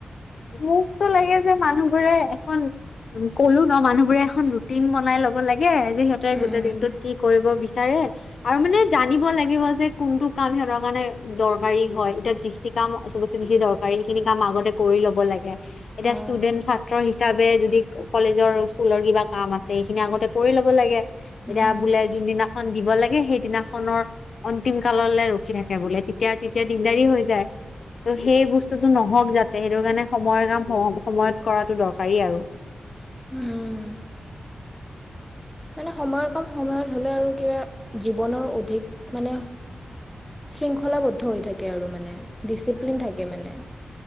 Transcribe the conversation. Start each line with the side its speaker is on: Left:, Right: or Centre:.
Left: উম <unintelligible> মোকতো লাগে যে মানুহ বোৰে এখন ক'লো ন মানুহ বোৰে এখন ৰুটিন বনাই লব লাগে। লাগে যে সিহঁতে গোটেই
Centre: উম।
Left: দিনটোত কি কৰিব বিচ বিচাৰে আৰু মানে জানিব লাগিব যে, কোনটো কাম সিহঁতৰ কাৰণে দৰকাৰী হয়। এতিয়া যি কাম চবতে বেছি দৰকাৰ সখিনি কাম আগতে কৰি ল'ব লাগে। এতিয়া
Centre: অঁ
Left: ষ্টুডেন্ট ছাত্ৰ হিচাপে যদি কলেজৰ স্কুলৰ কিবা কাম আছে সেইখিনি আগতে কৰি ল'ব লাগে। এতিয়া
Centre: উম,
Left: বোলে যোনদিনাখন দিব লাগে, সেই দিনাখনৰ অন্তিম কাললৈ ৰখি থাকে বোলে তেতিয়া-তেতিয়া দিনদাৰি হৈ যায়। ত' সেই বস্তুটো নহওক যাতে সেইটো কাৰণে সময়ৰ কাম সময়ত কৰাটো দৰকাৰী আৰু। <inaudible>
Centre: উম। মানে সময়ৰ কাম সময়ত হ'লে আৰু কিবা জীৱনৰ অধিক মানে শৃংখলাবদ্ধ হৈ থাকে আৰু মানে ডিচিপ্লিন থাকে মানে